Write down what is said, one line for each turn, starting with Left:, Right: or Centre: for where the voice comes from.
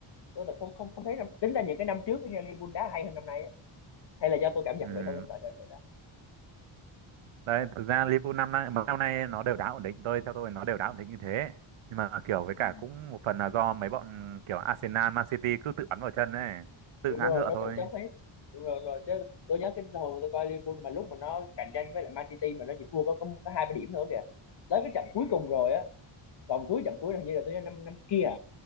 Left: tôi là không không không thấy năm, chính là những cái năm trước đó nha Liverpool đá hay hơn năm nay á. hay là do tôi cảm
Right: ừm.
Left: nhận vậy thôi sợ là vậy đó
Right: đấy thực ra Liverpool năm nay mấy năm nay nó đều đá ổn định tôi theo tôi nó đều đá ổn định như thế nhưng mà kiểu với cả
Left: Ừ.
Right: cũng một phần là do mấy bọn kiểu Arsenal, Man City cứ tự bắn vào chân ấy tự
Left: đúng
Right: ngã
Left: rồi
Right: ngựa
Left: nó
Right: thôi
Left: cạnh tranh hết đúng rồi rồi chứ tôi nhớ cái hồi mà tôi coi Liverpool mà lúc mà nó cạnh tranh với lại Man City mà nó chỉ thua có có, có hai ba điểm nữa kìa tới cái trận cuối cùng rồi á vòng cuối trận cuối là hình như là tôi nhớ năm năm kia à?